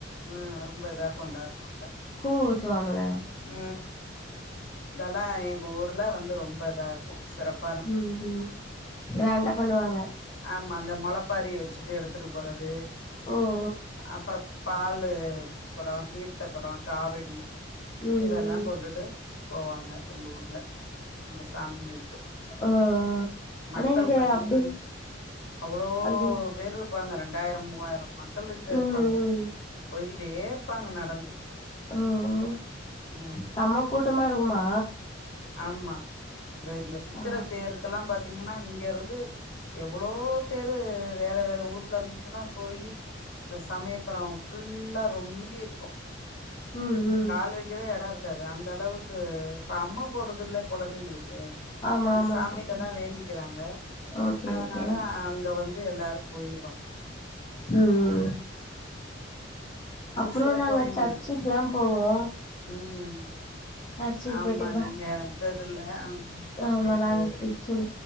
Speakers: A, on the left; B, on the left.
A: ம் ரொம்ப இதா கொண்டாடுவாங்க
B: கூல் ஊத்துவாங்கள
A: ஆ இதெல்லா எங்க ஊர்ல வந்து ரொம்ப இதா இருக்கு சிறப்
B: ம் ம் கிராண்டா பண்ணுவாங்க
A: ஆமா அந்த மொளப்பாரி வச்சிட்டு எடுத்துட்டு போறது
B: ஓ ஓ
A: அப்புற பால் குடோ தீர்த்த குடோ காவடி
B: ம்
A: இதெல்லா
B: ம்
A: கொண்டுட்டு போவாங்க எங்க ஊர்ல அந்த சாமிங்களுக்கு
B: ஆ
A: மக்கள்
B: ஆனா இங்க
A: பாத்தீங்கன்னா
B: அப்டி
A: அவ்ளோ
B: அது
A: பேரு ப்பாங்க ரெண்டாயிரோ மூவாயிரோ மக்கள்ட்ட
B: ம்
A: இருப்பாங்க
B: ம் ம்
A: போய்கிட்டே இரு ப்பாங்க நடந்து
B: ம்
A: இன்ன
B: செம்ம கூட்டமா இருக்குமா
A: ஆமா இந்த இந்த சித்திரத்தேருக்கெல்லா
B: ஆ
A: பாத் த்தீங்கன்னா இங்க இருந்து எவ்ளோ பேரு வேற வேற ஊர்ல இருந்துலா போயி இந்த சமயபுரோ ஃபுல்லா ரொம்பி இருக்கு
B: ம் ம்
A: கால் வைக்கவே எடோ இருக்காது அந்த அளவுக்கு அம்மா போடுது இல்ல கொழந்தைங்களுக் க்கு
B: ஆமா
A: அந்த
B: ஆமா
A: சாமிட்டதா
B: சிஸ்டர்
A: வேண்டிக்கிறாங்க
B: ஓகே
A: அதனால
B: ஓகே ம்
A: அங்க வந்து எல்லாரு போயிருவாங்
B: ம் ம்
A: அது
B: அப்புறோ
A: சிறப்பு
B: நாங்க
A: வாய்ந்தது
B: சர்ச்சுக்கெல்லா போவோ
A: ம்
B: சர்ச்சுக்கு
A: ஆமா
B: போயிட்டு ப
A: நீங்க அத்ததுல்ல ம் பாத்தே
B: ஆமா நாங்க
A: பேரு
B: கிறிஸ்டின்